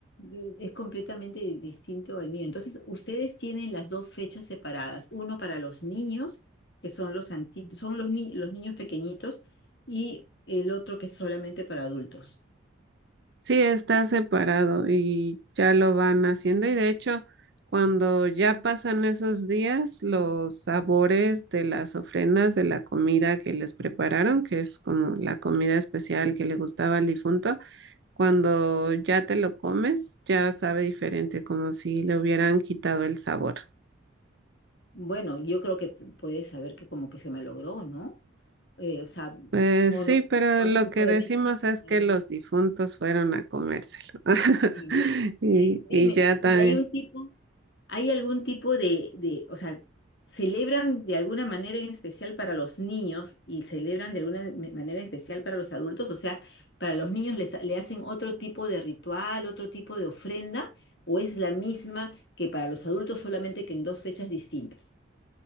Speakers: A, on the left; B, on the right.
A: Eh, Es completamente distinto al mío. Entonces, ustedes tienen las dos fechas separadas, uno para los niños, que son los anti- son los, ni- los niños pequeñitos, y el otro que es solamente para adultos.
B: Sí, está separado y ya lo van haciendo y de hecho cuando ya pasan esos días, los sabores de las ofrendas de la comida que les prepararon, que es como la comida especial que le gustaba al difunto, cuando ya te lo comes, ya sabe diferente, como si le hubieran quitado el sabor.
A: Bueno, yo creo que t- puedes saber que como que se malogró, ¿no? Eh, o sea,
B: Pues
A: o no,
B: sí, pero
A: no
B: lo
A: necesariamente,
B: que decimos
A: no necesariamente.
B: es que los difuntos fueron a comérselo. <laughs>
A: Y ya.
B: Y,
A: <laughs> Dime,
B: y ya ta-
A: ¿y hay un tipo, hay algún tipo de, de, o sea, celebran de alguna manera en especial para los niños y celebran de alguna me- manera en especial para los adultos? O sea, para los niños les, le hacen otro tipo de ritual, otro tipo de ofrenda, o es la misma que para los adultos solamente que en dos fechas distintas?